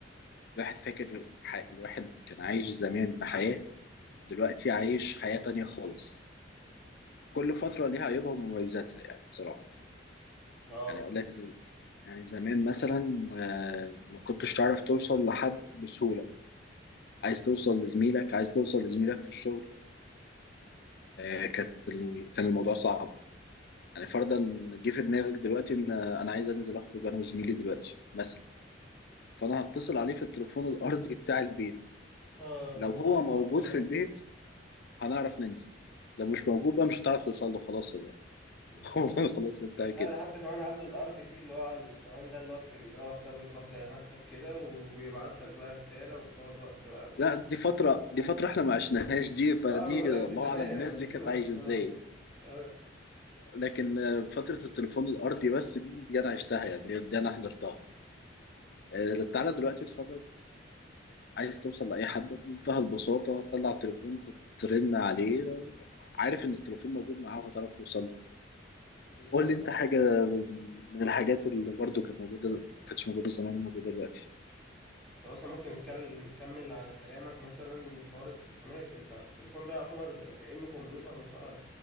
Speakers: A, on the left; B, in the centre.
A: الواحد فاكر ح... الواحد كان عايش زمان بحياه دلوقتي عايش حياه تانية خالص كل فتره ليها عيوبها ومميزاتها يعني بصراحه
B: اه
A: يعني اقول لك ز... يعني زمان مثلا آه، ما كنتش تعرف توصل لحد بسهوله عايز توصل لزميلك عايز توصل لزميلك في الشغل آه، كانت ال- كان الموضوع صعب يعني فرضا جه في دماغك دلوقتي ان انا عايز انزل اخرج انا وزميلي دلوقتي مثلا فانا هتصل عليه في التليفون الارضي بتاع البيت
B: اه
A: لو
B: ولا
A: هو
B: يفضل
A: موجود في البيت هنعرف ننزل لو مش موجود بقى مش هتعرف توصل له خلاص هو <laughs>
B: بالظبط
A: هو خلاص انتهى
B: لا
A: كده
B: ده حتى كمان قبل الارض فيه اللي هو على اللي زمان ده اللي هو التليجراف ده بتروح زي مكتب كده وبيبعت لك بقى رسالة وبتقعد وقت بقى
A: لا دي فترة دي فترة احنا ما عشناهاش دي فدي
B: اه بقول لك
A: الله
B: دي زمان
A: اعلم
B: يعني
A: الناس
B: بتكلم
A: دي كانت
B: عن
A: عايشة
B: زمان
A: ازاي
B: عموما اه
A: لكن فترة التليفون الأرضي بس دي دي أنا عشتها يعني دي أنا حضرتها آه، تعالى دلوقتي اتفرج عايز توصل لأي حد بمنتهى البساطة هتطلع التليفون هترن عليه عارف إن التليفون موجود معاه وهتعرف توصل له
B: بالظبط
A: قول لي أنت حاجة من الحاجات اللي برضو كانت موجودة ما كانتش موجودة زمان وموجودة دلوقتي
B: انت مثلا ممكن نتكلم نكمل على كلامك مثلا حوار التليفونات انت التليفون ده يعتبر زي كأنه كمبيوتر مسار